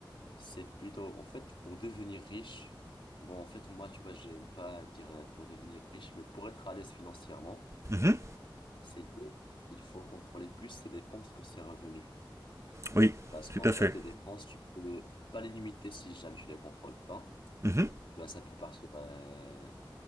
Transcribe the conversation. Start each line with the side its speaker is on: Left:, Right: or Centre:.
Left: c'est plutôt, en fait, pour devenir riche. Bon, en fait, moi, tu vois, j'aime pas dire euh, pour devenir riche, mais pour être à l'aise financièrement,
Right: Mhm.
Left: c'est que il faut contrôler plus ses dépenses que ses revenus.
Right: Oui,
Left: Parce qu'en
Right: tout
Left: fait,
Right: à fait.
Left: les dépenses, tu peux pas les limiter si jamais tu les contrôles pas.
Right: Mhm.
Left: Tu vois, ça peut partir euh,